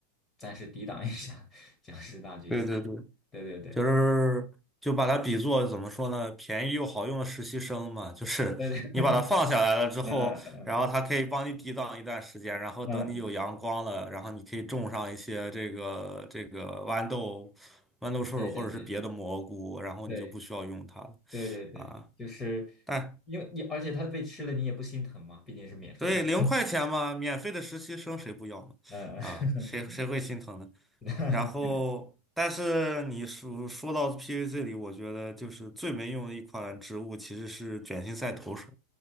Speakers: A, on the left; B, in the centre.
A: 暂时抵挡一下 <laughs> 僵尸大军。
B: 对对对，
A: 对对对，
B: 就是就把它比作怎么说呢，便宜又好用的实习生嘛，就是你把它放下来了之后，
A: 对对，嗯嗯嗯
B: 然后它可以帮你抵挡一段时间，然后等你有阳光了，
A: 嗯嗯嗯，
B: 然后你可以种上一些这个这个豌豆、豌豆射手或者是别的蘑菇，
A: 对对对
B: 然后你就不需要用它了
A: 对对对对，
B: 啊。
A: 就是
B: 但
A: 因为你，而且它被吃了你也不心疼嘛，毕竟是免费的。
B: 所以零块钱嘛，免费的实习生谁不要呢？
A: 呃，
B: 啊，
A: <laughs>
B: 谁谁会心疼呢？
A: 那
B: 然后，但是你说说到 PVC 里，我觉得就是最没用的一款植物其实是卷心菜投手